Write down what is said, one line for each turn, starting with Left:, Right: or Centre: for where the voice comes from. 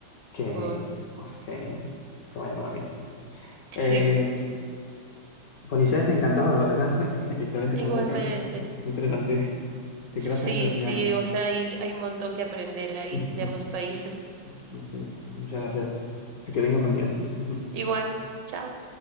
Left: que,
Right: Oh,
Left: pues, que, que vaya para bien.
Right: sí,
Left: Eh, Polisés, encantado, la verdad. <laughs> Excelente conversación,
Right: igualmente.
Left: <laughs> muy interesante. Gracias
Right: Sí,
Left: por enseñarme.
Right: sí, o sea, hay, hay un montón que aprender ahí
Left: <laughs>
Right: de ambos países.
Left: Sí mismo. Muchas gracias. Que tengas buen día. <laughs>
Right: Igual, chao.